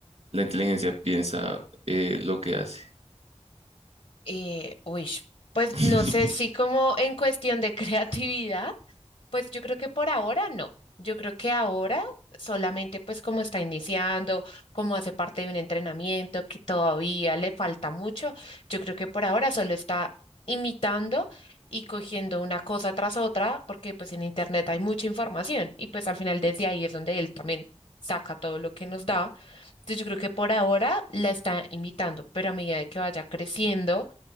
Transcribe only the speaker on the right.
la inteligencia piensa eh, lo que hace?
<laughs>